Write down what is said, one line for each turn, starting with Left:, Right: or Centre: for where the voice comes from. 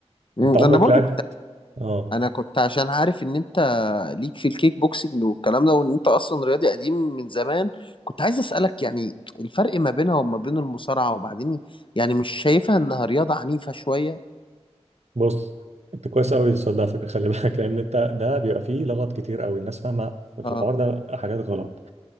Left: مم.
Right: انت عمرك
Left: انا برضو
Right: لعبت اه
Left: انا كنت عشان عارف ان انت ليك في الكيك بوكسنج والكلام ده وان انت اصلا رياضي قديم من زمان كنت عايز اسالك يعني الفرق ما بينها وما بين المصارعه وبعدين يعني مش شايفها انها رياضه عنيفه شويه
Right: بص انت كويس قوي السؤال ده على فكره خلي <laughs> بالك لان انت ده بيبقى فيه لغط كتير قوي الناس فاهمه في
Left: اه
Right: الحوار ده حاجات غلط